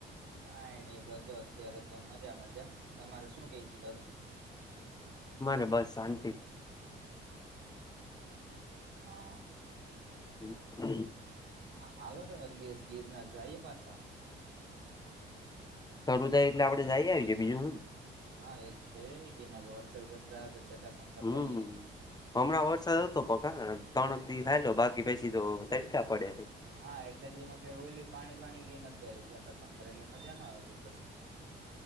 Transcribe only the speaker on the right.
કઈ નઈ બધુ અત્યારે તો મજા મજા તમારે શું કે બાજુ
હા
હા હાલો તો એક દિવસ ગિરનાર જઈએ પાછા
હા એક જઈ ગી ને વરસાદ વરસાદ આ જટશં કર
જઈએ
હા એટલે જે એમાં ક ઓલું પાણી પાણી કઈ નતું આવ્યું છેટાશંકર એટલે મજા ન આવું પછી